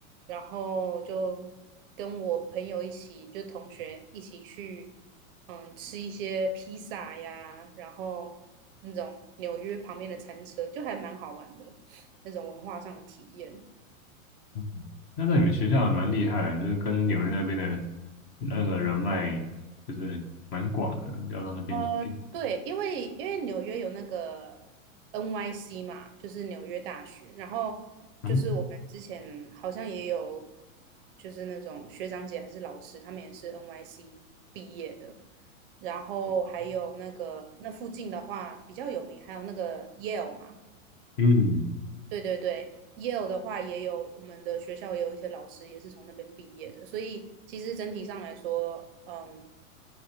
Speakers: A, on the right (about 40°); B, on the left (about 30°).
A: 然后就跟我朋友一起，就同学一起去，嗯，吃一些披萨呀，然后那种纽约旁边的餐车，就还蛮好玩的那种文化上的体验。
B: 嗯那在你们学校也蛮厉害，就是跟纽约那边的那个人脉，就是蛮广的，调到那边去。
A: 呃，对，因为因为纽约有那个 NYC 嘛，就是纽约大学，然后就是我们之前好像也有，
B: 嗯
A: 就是那种学长姐还是老师，他们也是 NYC 毕业的，然后还有那个那附近的话比较有名，还有那个 Yale 嘛，
B: 嗯，
A: 对对对，Yale 的话也有我们的学校也有一些老师也是从那边毕业的，所以其实整体上来说，嗯，